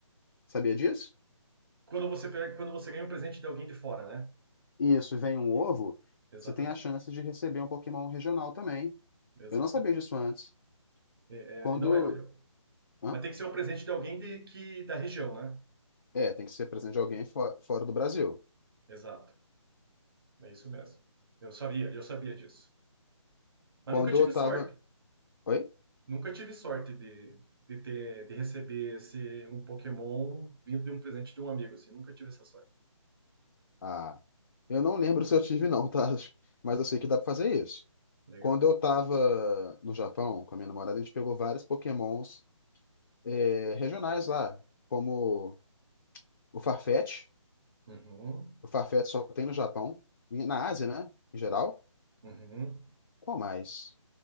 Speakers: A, on the left; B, on the right.
A: Sabia disso?
B: Quando você pega, quando você ganha um presente de alguém de fora, né?
A: Isso, vem um ovo,
B: E- Exatamente,
A: você tem a chance de receber um Pokémon regional também.
B: exatamente.
A: Eu não sabia disso antes.
B: É,
A: Quando,
B: é, não é, eu-
A: hã?
B: mas tem que ser um presente de alguém de, que da região, né?
A: É, tem que ser presente de alguém fo- fora do Brasil.
B: Exato, é isso mesmo. Eu sabia, eu sabia disso. Mas
A: Quando
B: nunca tive
A: eu tava,
B: sorte,
A: Oi?
B: nunca tive sorte de, de ter, de receber esse um Pokémon vindo de um presente de um amigo, assim. Nunca tive essa sorte.
A: Ah, eu não lembro se eu tive não, tá? <laughs> Mas eu sei que dá pra fazer isso.
B: Legal.
A: Quando eu tava no Japão com a minha namorada, a gente pegou vários Pokémons eh, regionais lá, como o Farfetch.
B: Uhum,
A: O Farfetch só tem no Japão, e na Ásia, né? Em geral.
B: uhum.
A: Qual mais?